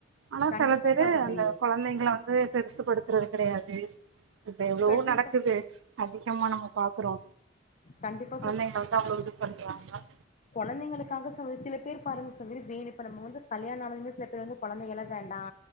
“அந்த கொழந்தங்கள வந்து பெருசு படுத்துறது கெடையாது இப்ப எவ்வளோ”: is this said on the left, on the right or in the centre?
Right